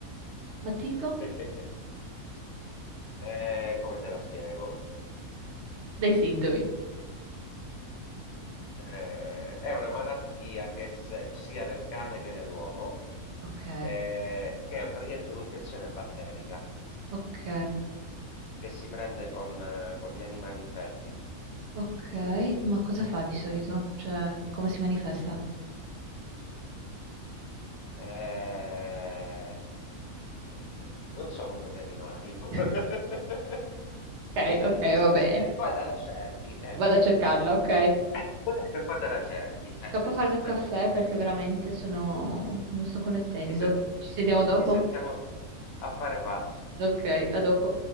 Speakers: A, on the right (about 60°); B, on the left (about 70°).
A: Ma tipo?
B: <laughs> Eh, come te la spiego?
A: Dai sintomi.
B: Eh, è una malattia che se- sia nel cane che nell'uomo,
A: Ok,
B: eh, che è praticamente un'infezione batterica
A: ok,
B: che si prende con, eh, con gli animali infetti.
A: ok. Ma cosa fa di solito? Cioè, come si manifesta?
B: Eh, eh, non sono un veterinario.
A: <laughs>
B: <laughs>
A: Ok,
B: Fidati
A: ok, vabbè.
B: che esiste, poi te la cerchi. eh.
A: Vado a cercarla, ok?
B: <laughs> E poi te la cerchi.
A: Scappo
B: Eh, scusa.
A: a farmi un caffè perché veramente sono... non sto connettendo.
B: Ci, sen-
A: Ci sentiamo dopo?
B: ci sentiamo affare fatto.
A: Ok, a dopo.